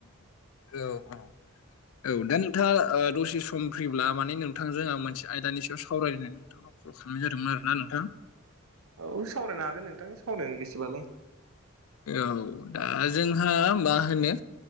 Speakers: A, on the left (about 75°); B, on the right (about 85°).
A: औ औ। औ दा नोंथाङा ओ दसे सम फ्रि ब्ला माने नोंथांजों आं मोनसे आयदानि सायाव सावरायनो साननाय जादोंमोन आरोना नोंथां।
B: औ सावरायनो हागोन नोंथां सावरायनो गोसोबालाय।
A: औ दा जोंहा मा होनो